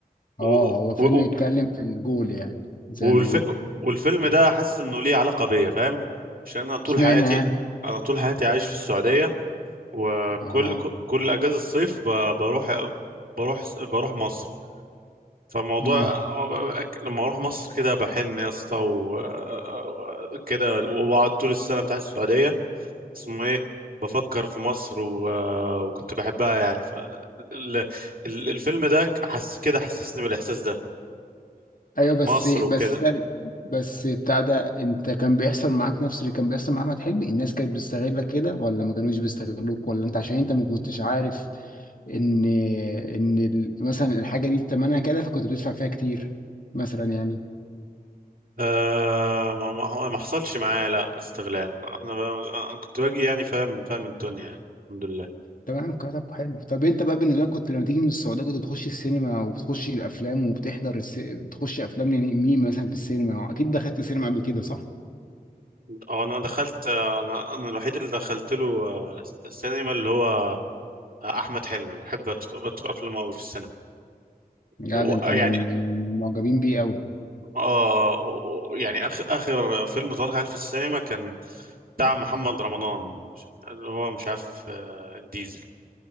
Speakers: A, on the right (about 70°); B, on the left (about 60°).
A: و...
B: اه
A: و...
B: هو فيلم
A: و...
B: يتكلم في الجول يعني زي
A: والف...
B: ما بيقولوا
A: والفيلم ده حاسس انه ليه علاقه بيا فاهم عشان انا طول
B: اشمعنى
A: حياتي
B: يعني
A: انا طول حياتي عايش في السعوديه وكل
B: اه
A: ك- كل اجازه الصيف ب- بروح بروح بروح مصر فالموضوع
B: امم
A: لما اروح مصر كده بحن يا اسطى و- كده وبقعد طول السنه بتاعت السعوديه اسمه ايه بفكر في مصر و... وكنت بحبها يعني ف ال... ال- الفيلم ده حس كده حسسني بالاحساس ده
B: ايوه بس
A: مصر
B: بس
A: وكده
B: تل... بس بتاع ده انت كان بيحصل معاك نفس اللي كان بيحصل مع احمد حلمي الناس كانت بتستغلك كده ولا ما كانوش بيستغلوك ولا انت عشان انت ما كنتش عارف ان ان ال- مثلا الحاجه دي تمنها كده فكنت بتدفع فيها كتير مثلا يعني
A: أه ما ما ما حصلش معايا لا استغلال انا ب- أنا كنت باجي يعني فاهم فاهم الدنيا يعني الحمد لله
B: تمام كتب حلو طب انت بقى بالنسبه لك كنت لما تيجي من السعوديه كنت بتخش السينما وبتخش الافلام وبتحضر الس... بتخش افلام لمين مثلا في السينما اكيد دخلت السينما قبل كده صح؟
A: اه انا دخلت انا انا الوحيد اللي دخلت له آه، السينما اللي هو آه، احمد حلمي بحب ادخل بدخل افلامه قوي في السينما
B: لا
A: ويعني
B: ده انت من من معجبين بيه قوي
A: اه و- يعني اخر اخر فيلم ظهر هل في السينما كان بتاع محمد رمضان مش- اللي هو مش عارف آه، الديزل